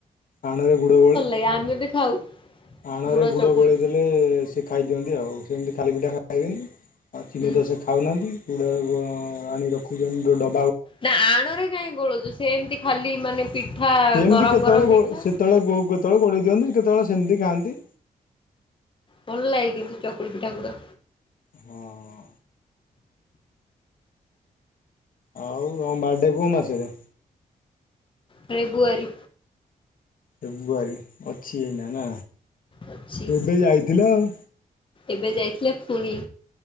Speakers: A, on the left (about 70°); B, on the left (about 35°).
A: ଆଣରେ ଗୁଡ଼ ଗୋଳେ
B: ଏଇଆ ଆମେ ବି ଖାଉ।
A: ଆଣରେ
B: ଗୁଡ
A: ଗୁଡ଼
B: ଚକୁଳି
A: ଗୋଳେଇ ଦେଲେ ସେ ଖାଇଦିଅନ୍ତି ଆଉ ସେମିତି ଖାଲି ପିଠା ଖାଇବେନି। ଆଉ ଚିନିତ
B: ହୁଁ।
A: ସେ ଖାଉନାହାଁନ୍ତି ଗୁଡ଼ରେ ଆଣି ରଖୁଛନ୍ତି ଜଉ ଡ
B: ନା ଆଣରେ କାହିଁ ଗୋଳଉଚ ସେମିତି ଖାଲି ମାନେ ପିଠା
A: ସେମିତି
B: ଗରମ
A: କେତେବେଳେ
B: ଗରମ ପିଠା।
A: ସେତେବେଳେ ଗୋ କେତେବେଳେ ଗୋଳେଇ ଦିଅନ୍ତି କେତେବେଳେ ସେମିତି ଖାଆନ୍ତି।
B: ଭଲ ଲାଗେ କିନ୍ତୁ ଚକୁଳି ପିଠାଗୁଡ।
A: ହଁ। ଆଉ ଆମ ବାର୍ଥଡ଼େ କଉ ମାସରେ।
B: ଫେବୃଆରୀ।
A: ଫେବୃଆରୀ ଅଛି ଏଇନା ନା
B: ଅଛି।
A: ଏବେ ଯାଇଥିଲା ଆଉ।
B: ଏବେ ଯାଇଥିଲେ ଫୁଣି।